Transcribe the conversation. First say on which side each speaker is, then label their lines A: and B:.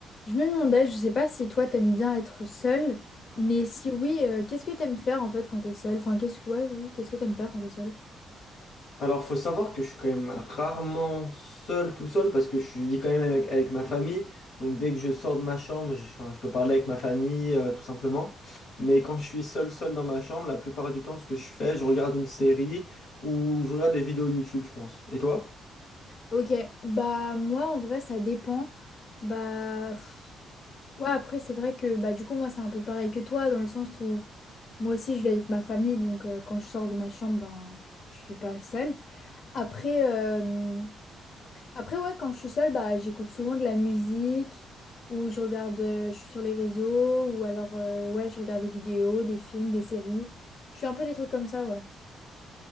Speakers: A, on the left; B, on the left.
A: Je me demandais, je sais pas si toi t'aimes bien être seule, mais si oui, euh, qu'est-ce que t'aimes faire en fait quand t'es seule? Enfin, qu'est-ce que ouais, oui, qu'est-ce que t'aimes faire quand t'es seule?
B: Alors, faut savoir que je suis quand même rarement seul, tout seul, parce que je vis quand même avec, avec ma famille. Donc, dès que je sors de ma chambre, je, enfin, je peux parler avec ma famille, euh, tout simplement. Mais quand je suis seul, seul dans ma chambre, la plupart du temps, ce que je fais, je regarde une série ou je regarde des vidéos YouTube, je pense. Et toi?
A: Ok, bah moi en vrai ça dépend. Bah pff, ouais, après c'est vrai que bah du coup moi c'est un peu pareil que toi dans le sens où moi aussi je vis avec ma famille donc euh, quand je sors de ma chambre ben je suis pas seule. Après euh, Après, ouais, quand je suis seule, bah, j'écoute souvent de la musique ou je regarde, euh, je suis sur les réseaux ou alors, euh, ouais, je regarde des vidéos, des films, des séries. Je fais un peu des trucs comme ça, ouais.